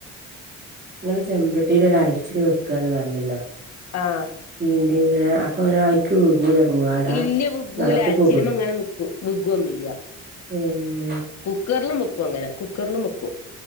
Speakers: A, on the right; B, on the left.
A: നിങ്ങള് ചെമ്പുട്ടിൽ ഒരലച്ചില് വെക്കാന്ന് പറഞ്ഞല്ലോ
B: ആഹ്
A: ചീന്തി ഇങ്ങനെ അപ്പൊ അങ്ങനെയി ക്ക് മുങ്ങൂലെ പുവട
B: ഇല്ല വിഗ്ഗൂല
A: വെള്ളത്തി
B: അൽച്ചിലുമ
A: പോകൂല്ലേ
B: അങ്ങനെ നിക്കും വിഗ്ഗൊന്നുല്ല
A: ഏഹ്
B: കുക്കറിലും വെക്കും അങ്ങനെ കുക്കറിലും വെക്കും